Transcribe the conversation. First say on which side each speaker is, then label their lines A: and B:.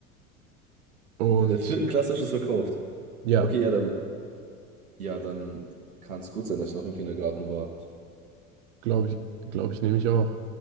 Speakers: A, on the right (about 55°); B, on the right (about 75°).
A: Und
B: In der vierten Klasse hast du es verkauft.
A: ja,
B: Okay, ja, dann, ja, dann kann es gut sein, dass ich noch im Kindergarten war.
A: glaube ich, glaube ich, nehme ich auch.